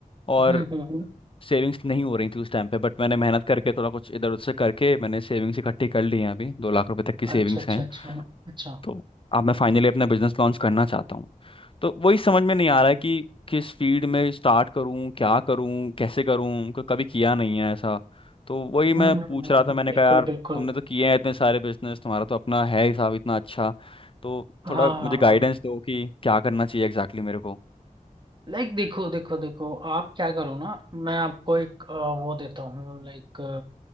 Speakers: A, on the left; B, on the right.
A: और
B: हम्म हम्म हम्म,
A: सेविंग्स तो नहीं हो रही थी उस टाइम पे बट मैंने मेहनत करके थोड़ा कुछ इधर उधर से करके मैंने सेविंग्स इकट्ठी कर ली हैं अभी दो लाख रुपए तक की सेविंग्स
B: अच्छा अच्छा
A: हैं
B: अच्छा अच्छा
A: तो अब मैं फाइनली अपना बिजनेस लॉन्च करना चाहता हूँ तो वही समझ में नहीं आ रहा है कि किस फील्ड में स्टार्ट करूँ क्या करूँ कैसे करूँ क- कभी किया नहीं है ऐसा तो वही
B: हम्म
A: मैं पूछ
B: हम्म हम्म,
A: रहा था मैंने
B: बिल्कुल
A: कहा यार
B: बिल्कुल
A: तुमने तो किए हैं इतने सारे बिजनेस तुम्हारा तो अपना है हिसाब इतना अच्छा तो
B: हाँ
A: थोड़ा
B: हाँ
A: मुझे गाइडेंस
B: हाँ
A: दो कि क्या करना चाहिए एग्जैक्टली exactly मेरे को
B: लाइक देखो देखो देखो आप क्या करो ना मैं आपको एक अ, वो देता हूँ लाइक